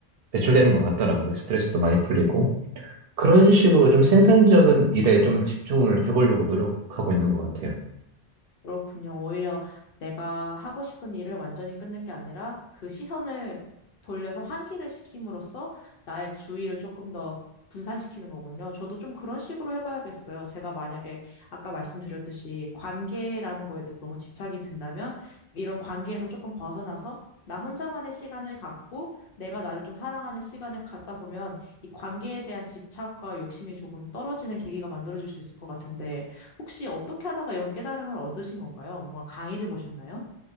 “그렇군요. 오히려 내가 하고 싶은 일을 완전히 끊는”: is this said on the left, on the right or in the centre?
Left